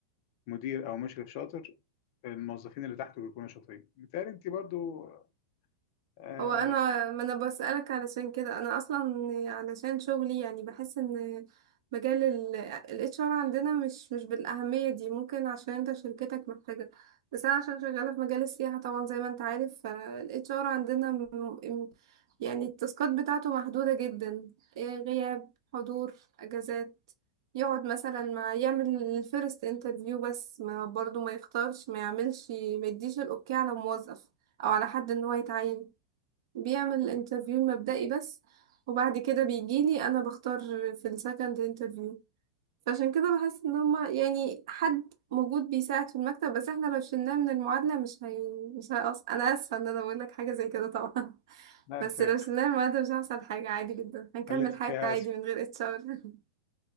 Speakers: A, on the left (about 50°); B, on the right (about 60°).
A: مدير او مشرف شاطر الموظفين اللي تحته بيكونوا شاطرين متهيألي انت برضو آه
B: هو انا ما انا بسألك علشان كده انا اصلا علشان شغلي يعني بحس ان مجال ال HR عندنا مش مش بالأهمية دي ممكن عشان انت شركتك محتاجة بس انا عشان شغالة في مجال السياحة طبعا زي ما انت عارف فال HR عندنا م- م- يعني التاسكات بتاعته محدودة جدا إيه، غياب حضور اجازات يقعد مثلا مع يعمل الفيرست انترفيو بس ما برضو ما يختارش ما يعملش ما يديش الاوكي على موظف او على حد ان هو يتعين بيعمل الانترفيو المبدئي بس وبعد كده بيجيلي انا بختار في السكند انترفيو فعشان كده بحس ان هما يعني حد موجود بيساعد في المكتب بس احنا لو شلناه من المعادلة مش هي مش هيقص انا اسفة ان انا بقول لك حاجة زي كده طبعا <laughs>
A: لا
B: بس
A: انت
B: لو شلناه من المعادلة مش هيحصل حاجة عادي جدا هنكمل
A: خليتي
B: حياتنا
A: فيها
B: عادي
A: اسفه
B: من غير اتش ار <laughs>